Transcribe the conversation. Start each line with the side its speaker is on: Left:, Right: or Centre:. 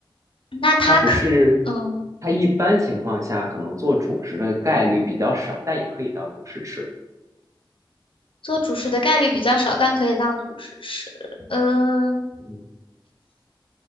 Left: 那它可嗯
Right: 它不是，它一般情况下可能做主食的概率比较少，但也可以当主食吃，
Left: 做主食的概率比较少，但可以当主食吃。嗯
Right: 嗯，